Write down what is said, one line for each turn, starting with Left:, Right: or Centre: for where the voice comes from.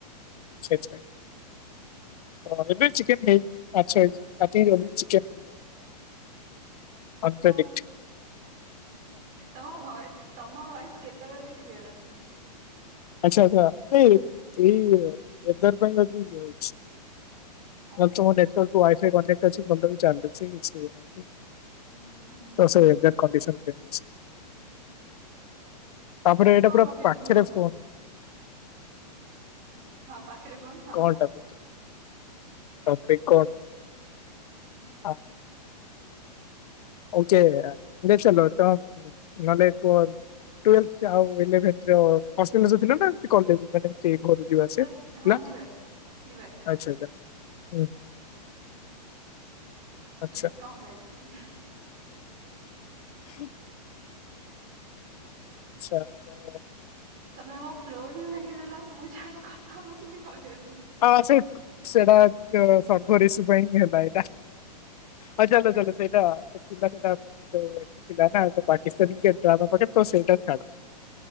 Left: ସେଇଥିପାଇଁ। ହ ଏ ଚିକେନ୍ ହେଇନି ମାଛ ହେଇଚି ଚିକେନ୍ ହେଇ
Right: <inaudible>
Left: ଅନପ୍ରେଡ଼ିକଟ
Right: ହଁ ତମ ଭ ତମ ଭଏସ କେତେବେଳେ ବି କ୍ଲିୟର ଆସୁନି।
Left: ଆଚ୍ଛା ଆଛା ନାଇଁ ଏ ନେଟୱର୍କ ପାଇ ଇଏ ହୋଉଛି। ନଲେ
Right: ହଁ
Left: ତମଟାର୍ ୱାଇଫ କନେକ୍ଟ ଅଛି, ଭଲ ବି ଚାଲୁଛି କିଛିନାଇଁ
Right: ହୁଁ ହୁଁ
Left: ତ
Right: ହୁଁ
Left: ସେଇ ଏଜାକ୍ଟ କଣ୍ଡିସନ କମିଛି। ତାପରେ
Right: ତ
Left: ଏଇଟା
Right: କଣ
Left: ପୁରା
Right: ଗପିବି
Left: ପାଖରେ
Right: କୁହ
Left: ଫୋନ୍
Right: ହଁ ପାଖରେ କୁଣ ହଁ।
Left: କଣ ଟପିକ <inaudible>
Right: ହୁଁ
Left: ଓକେ ଦେ ଚାଲ ତ ନଲେ କୁହ! ଟୁଏଲେଥ ଆଉ ଇଲେଭେନଥ ଯୋଉ ଫାଷ୍ଟ ସେମିଷ୍ଟର ଥିଲା ନା ଏମିତି କଲେଜ ମାନେ ସେ ଘରୁ ଯିବା ଆସ
Right: ବାସ୍
Left: ହେଲା
Right: ହଁ ଯିବା ଆସିବା ଯିବା ଆସିବା
Left: ଆଛା ଆଚ୍ଛା। ହୁଁ। ଆଚ୍ଛା
Right: ହୁଁ କଣ କହିବି?
Left: <inaudible> ଆଛା ତ
Right: ତମେ ମୋ ଫ୍ଲୋ ହିଁ ଭାଙ୍ଗିଦେଲ, ମୁଁ ଛୁଆଟା କଥା ହଉଥିଲି ରହିଯାଇଥିଲି।
Left: ହଁ ସେ ସେଟା ସର୍ବରିଷ ପାଇଁଁ ହେଲା ସେଟା ହ ଚାଲ ଚାଲ ସେଇଟା ତ ଥିଲା ସେଇଟା ଥିଲା ନା, ପାକିସ୍ତାନି ଆମ ପାଖେ ତ ସେଇଟା ଛାଡ